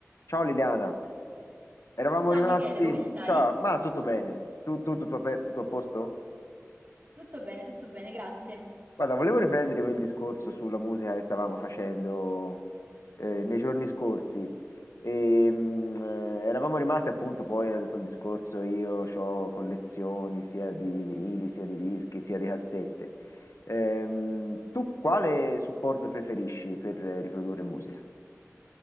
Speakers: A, on the left; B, on the right.
A: Ciao Liliana, eravamo
B: Ciao
A: rimasti.
B: Michele, come stai?
A: Ciao, ma tutto bene? Tu, tu- tutto, a pe- tutto a posto?
B: Tutto bene, tutto bene, grazie.
A: Guarda, volevo riprendere quel discorso sulla musica che stavamo facendo eh, nei giorni scorsi. E, mh, eh, eravamo rimasti appunto poi a quel discorso, io ho collezioni sia di vinili, sia di dischi, sia di cassette. Ehm, tu quale supporto preferisci per eh, riprodurre musica?